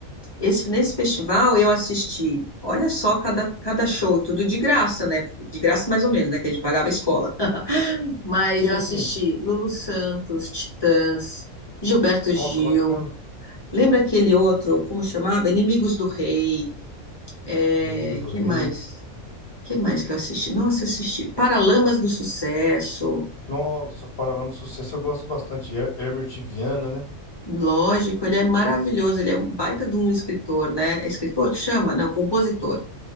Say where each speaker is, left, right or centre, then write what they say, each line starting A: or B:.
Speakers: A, on the left; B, on the left.
A: Esse, nesse festival, eu assisti, olha só, cada, cada show, tudo de graça, né? Porque, de graça, mais ou menos, né? Que a gente pagava a escola. Mas
B: sim,
A: eu assisti
B: sim.
A: Lulu Santos, Titãs, Gilberto
B: Nossa,
A: Gil.
B: bacana.
A: Lembra aquele outro, como chamava? Inimigos do Rei. É,
B: inimigos do
A: que
B: Rei.
A: mais? que mais que eu assisti? Nossa, assisti Paralamas do Sucesso.
B: Nossa, Paralama do Sucesso, eu gosto bastante. Her- Herbert Viana, né?
A: Lógico, ele é maravilhoso, ele é um baita de um escritor, né? É escritor que chama? Não, compositor.